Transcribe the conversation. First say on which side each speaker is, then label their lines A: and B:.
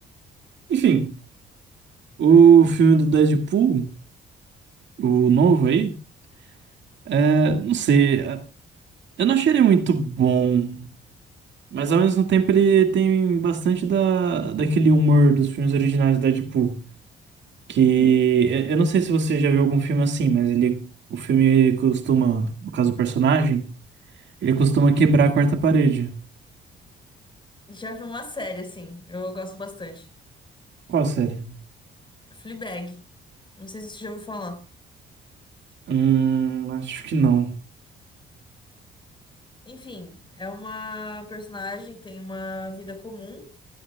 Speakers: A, on the right (about 65°); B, on the left (about 25°).
A: Enfim, o filme do Deadpool, o novo aí, é, não sei. Eu não achei ele muito bom, mas ao mesmo tempo ele tem bastante da, daquele humor dos filmes originais da Deadpool. Que
B: Uhum.
A: eu eu não sei se você já viu algum filme assim, mas ele, o filme costuma, no caso do personagem, ele costuma quebrar a quarta parede.
B: Já vi uma série, assim. Eu gosto bastante.
A: Qual série?
B: Fleabag. Não sei se você já ouviu falar.
A: Hum, acho que não.
B: Enfim, é uma personagem que tem uma vida comum.